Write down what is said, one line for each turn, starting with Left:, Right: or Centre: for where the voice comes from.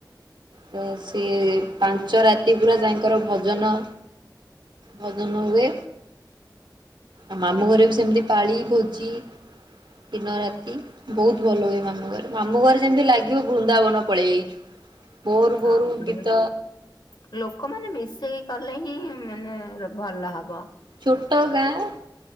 Right: ତ ସିଏ ପାଞ୍ଚ ରାତି ପୁରା ତାଙ୍କର ଭଜନ ଭଜନ ହୁଏ। ଆଉ ମାମୁଁ ଘରେ ବି ସେମିତି ପାଳି ଭୋଜି ଦିନ ରାତି ବହୁତ ଭଲ ହୁଏ ମାମୁଁ ଘରେ। ମାମୁଁ ଘରେ ଯେମିତି ଲାଗିବ ବୃନ୍ଦାବନ ପଳେଇ ଯାଇଛୁ। ବୋରୁ
Left: <unintelligible>
Right: ବୋରୁ ଗୀତ
Left: ଲୋକମାନେ ମିଶିକି କଲେ ହିଁ ମାନେ ଭଲ ହବ।
Right: ଛୋଟ ଗାଁ